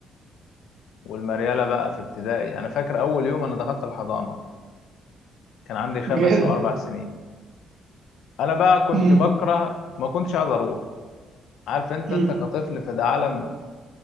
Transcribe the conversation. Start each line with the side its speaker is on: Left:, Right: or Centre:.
Left: والمريالة بقى في ابتدائي انا فاكر اول يوم انا دخلت الحضانة كان عندي خمس
Right: بجد
Left: او اربع سنين انا بقى كنت
Right: مم.
Left: بكره ما كنتش عايز اروح عارف انت
Right: مم.
Left: انت كطفل في ده عالم